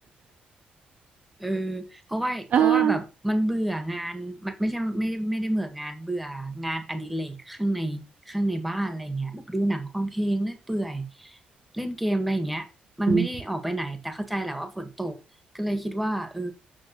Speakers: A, in the centre; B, on the right.
A: เออเพราะว่าเพราะว่าแบบมันเบื่องานมันไม่ใช่ไม่ได้ไม่ได้เบื่องานเบื่องานอดิเรกข้างในข้างในบ้านอะไรเงี้ยแบบดูหนังฟังเพลงเล่นเปื่อย
B: เออ <laughs>
A: เล่นเกมอะไรอย่างเงี้ยมันไม่ได้ออกไปไหนแต่เข้าใจแหละว่าฝนตกก็เลยคิดว่าเออ
B: อืม